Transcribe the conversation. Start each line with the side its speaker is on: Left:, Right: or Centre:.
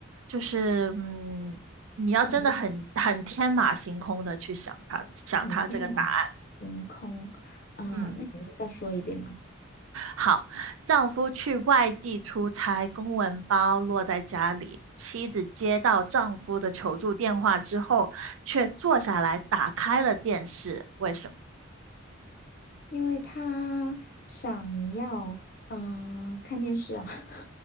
Right: 就是嗯，你要真的很很天马行空的去想他想他这个答案，
Left: 恐怖，很天马行空啊，
Right: 嗯。
Left: 那你能再说一遍吗？
Right: 好，丈夫去外地出差，公文包落在家里。妻子接到丈夫的求助电话之后，却坐下来打开了电视。为什么？
Left: 因为他想要呃看电视啊。<laughs>